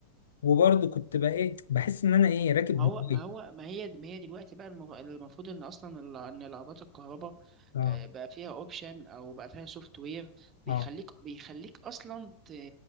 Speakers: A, on the left; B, on the right.
A: وبرضو كنت بقى ايه بحس ان انا ايه راكب
B: ما
A: موبايل
B: هو ما هو ما هي ما هي دلوقتي بقى المف- المفروض ان اصلا ال- ان لعبات الكهرباء
A: اه
B: آه، بقى فيها اوبشن او بقى فيها سوفت وير بيخليك
A: اه
B: بيخليك اصلا ت...